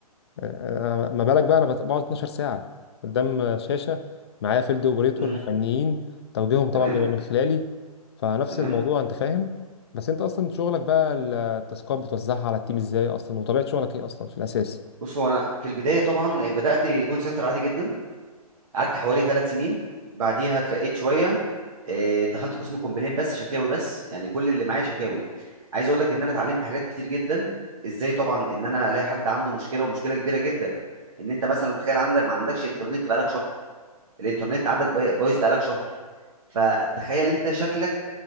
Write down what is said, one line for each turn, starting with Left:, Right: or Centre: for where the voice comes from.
Left: آه، آه، ما بالك بقى انا بت- بقعد 12 ساعة قدام شاشة معايا فيلد اوبريتور
Right: امم
Left: فنيين توجيههم طبعا
Right: تمام
Left: بيبقى من خلالي فنفس
Right: تمام
Left: الموضوع انت فاهم بس انت اصلا شغلك بقى التاسكات بتوزعها على التيم ازاي اصلا وطبيعة شغلك ايه اصلا في الاساس
Right: بص هو انا في البدايه طبعا بدات كول سنتر عادي جدا قعدت حوالي ثلاث سنين بعديها اترقيت شويه آه، دخلت قسم كومبلين بس شكاوي بس يعني كل اللي معايا شكاوي عايز اقول لك ان انا اتعلمت حاجات كتير جدا ازاي طبعا ان انا الاقي حد عنده مشكله ومشكله كبيره جدا ان انت مثلا تخيل عندك ما عندكش انترنت بقالك شهر الانترنت عندك باي- بايظ بقالك شهر فتخيل انت شكلك